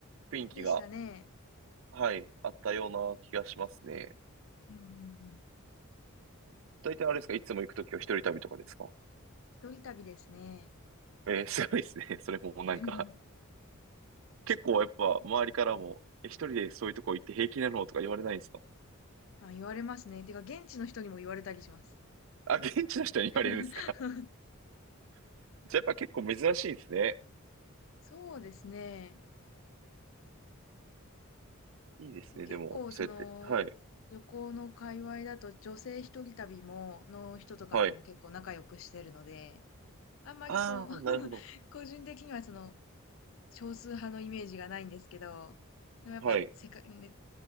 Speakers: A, on the right (about 60°); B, on the left (about 60°).
A: 雰囲気が、
B: でしたね。
A: はい、あったような気がしますね。
B: うんうんうん。
A: 大体あれですか、いつも行くときは一人旅とかですか
B: 一人旅ですね。
A: えー、すごいですね。<laughs> それもなんか
B: <laughs>
A: 結構やっぱ周りからも、え、一人でそういうとこ行って平気なのとか言われないんですか
B: あ、言われますね。てか、現地の人にも言われたりします。
A: あ、現地の人に言われるんですか
B: <laughs>
A: <laughs> じゃあやっぱ結構珍しいですね。
B: そうですね。
A: いいですね、
B: でも結構、
A: でも、そうやって。
B: その、
A: はい。
B: 旅行の界隈だと、女性一人旅も、の人とかとも結構仲良くしてるので、
A: はい。
B: あんまりこう、
A: ああ、
B: <laughs>
A: なるほど。
B: 個人的にはその、少数派のイメージがないんですけど、でもやっぱ、
A: はい。
B: せか、ね、